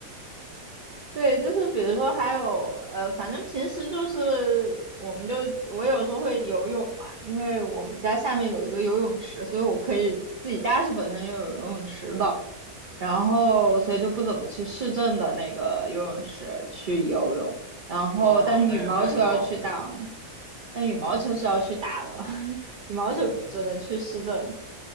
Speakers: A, on the right; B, on the right.
A: 对，就是比如说还有呃，反正平时就是我们就我有时候会游泳嘛，因为我们家下面有一个游泳池，所以我可以自己家是本身就有游泳池的，然后所以就不怎么去市政的那个游泳池去游泳，
B: <laughs>
A: 然后但是羽毛球要去打哦，
B: 哇，那也太爽了，
A: 但羽毛球是要去打的，
B: <laughs>
A: <laughs> 羽毛球只能去市政。
B: 嗯。